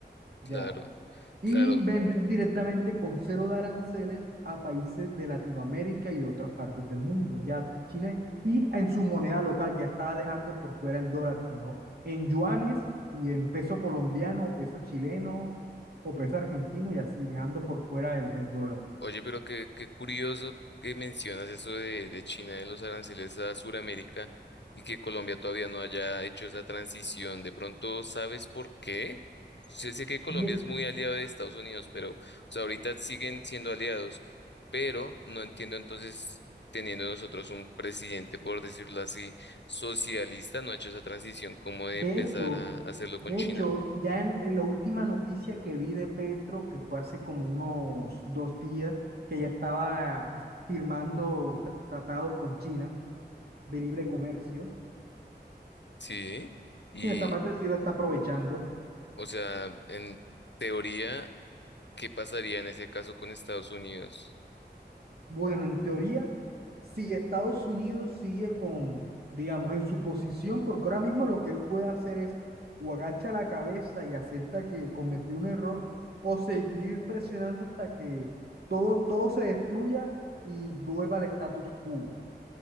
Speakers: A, on the right (about 60°); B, on the left (about 75°).
A: Ya
B: Claro,
A: y
B: claro.
A: Claro. vender directamente con cero de aranceles a países de Latinoamérica y de otras partes del mundo. Ya China y en su moneda local ya estaba dejando por fuera el dólar, sino en yuanes y en peso colombiano o peso chileno o peso argentino y así, dejando por fuera el, el dólar.
B: Oye, pero qué, qué curioso que mencionas eso de, de China, de los aranceles a Sudamérica y que Colombia todavía no haya hecho esa transición. De pronto, ¿sabes por qué? Sé, sé que Colombia
A: No,
B: es muy aliado de Estados Unidos, pero o sea, ahorita siguen siendo aliados, pero no entiendo entonces, teniendo nosotros un presidente, por decirlo así, socialista, no ha hecho esa transición como de
A: De
B: empezar
A: hecho,
B: a hacerlo con
A: de
B: China.
A: hecho, ya en, en la última noticia que vi de Petro, que fue hace como unos dos días, que ya estaba ah, firmando tratados con China de libre comercio
B: Sí, y
A: y en esa parte sí lo está aprovechando.
B: o sea, en teoría ¿Qué pasaría en ese caso con Estados Unidos?
A: Bueno, en teoría, si Estados Unidos sigue con, digamos, en su posición, porque ahora mismo lo que él puede hacer es o agacha la cabeza y acepta que cometió un error o seguir presionando hasta que todo, todo se destruya y vuelva al status quo.